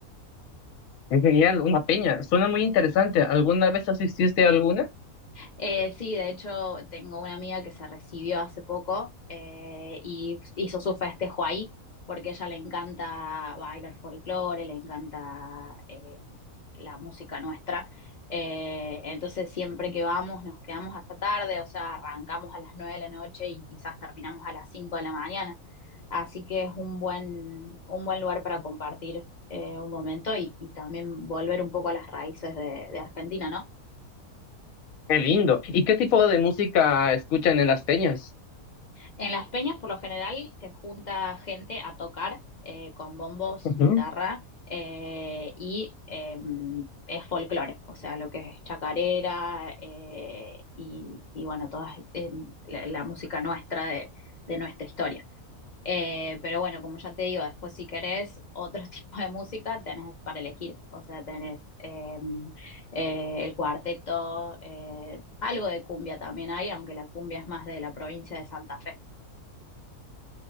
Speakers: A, on the left (about 70°); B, on the left (about 50°).
A: Es genial, una peña. Suena muy interesante. ¿Alguna vez asististe a alguna?
B: Eh, sí, de hecho, tengo una amiga que se recibió hace poco eh, y hizo su festejo ahí, porque a ella le encanta bailar folclore, le encanta eh, la música nuestra. Eh, entonces, siempre que vamos, nos quedamos hasta tarde, o sea, arrancamos a las nueve de la noche y quizás terminamos a las cinco de la mañana. Así que es un buen, un buen lugar para compartir eh, un momento y, y también volver un poco a las raíces de, de Argentina, ¿no?
A: Qué lindo. ¿Y qué tipo de música escuchan en las peñas?
B: En las peñas, por lo general, se junta gente a tocar eh, con bombos,
A: Ujú.
B: guitarra eh, y eh, es folclore, o sea, lo que es chacarera eh, y, y bueno, toda la, la música nuestra de, de nuestra historia. Eh, pero bueno, como ya te digo, después si querés otro <laughs> tipo de música, tenés para elegir, o sea, tenés eh, eh, el cuarteto, eh, algo de cumbia también hay, aunque la cumbia es más de la provincia de Santa Fe.